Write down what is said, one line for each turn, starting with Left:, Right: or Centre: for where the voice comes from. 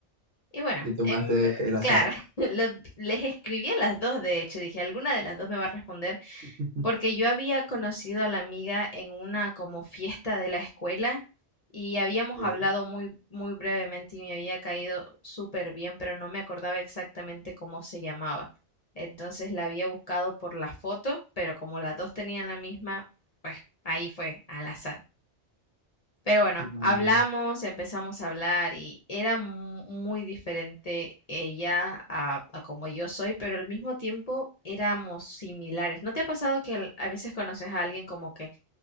Left: Y bueno,
Right: Y tomaste
Left: em,
Right: el azar.
Left: claro, <laughs> lo- les escribí a las dos, de hecho, dije, alguna de las dos me va a responder
Right: <laughs>
Left: porque yo había conocido a la amiga en una como fiesta de la escuela y habíamos
Right: Ok.
Left: hablado muy, muy brevemente y me había caído súper bien, pero no me acordaba exactamente cómo se llamaba. Entonces la había buscado por la foto, pero como las dos tenían la misma, pues ahí fue al azar. Pero bueno,
Right: No,
Left: hablamos, empezamos a hablar y era mu- muy diferente ella a, a como yo soy, pero al mismo tiempo éramos similares. ¿No te ha pasado que al- a veces conoces a alguien como que